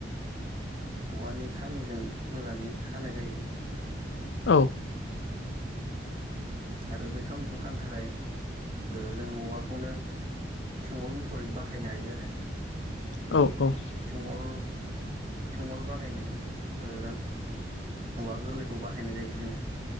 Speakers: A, on the right; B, on the left.
A: औवानि खामिजों मोजाङै खानाय जायो
B: औ
A: आरो बे खामिखौ खानो थाखाय ओ जों औवाखौनो थेंगल महरै बाहायनो हायो आरो
B: औ औ
A: थेंअल थेंअल बानायनो ओ औवा गोरलैखौ बाहायनाय जायो जोङो